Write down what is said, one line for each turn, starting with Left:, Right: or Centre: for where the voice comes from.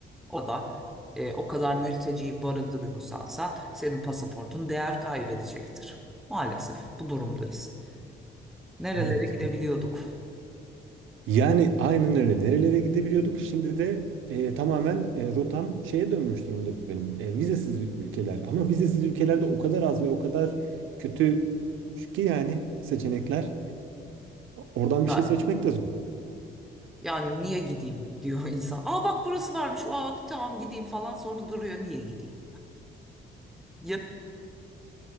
Centre: o da e, o kadar mülteciyi barındırıyorsan sen senin pasaportun değer kaybedecektir. Maalesef bu durumdayız. Nerelere
Right: Evet.
Centre: gidebiliyorduk?
Right: Yani aynen öyle. Nerelere gidebiliyorduk? Şimdi de e, tamamen e, rotam şeye dönmüş durumda benim. E, vizesiz ülkeler. Ama vizesiz ülkelerde o kadar az ve o kadar kötü ki yani seçenekler. Oradan
Centre: Ya
Right: bir şey seçmek de zor.
Centre: yani niye gideyim diyor insan. Aa bak burası varmış. Aa bak tamam gideyim falan sonra duruyor niye gideyim? Ya,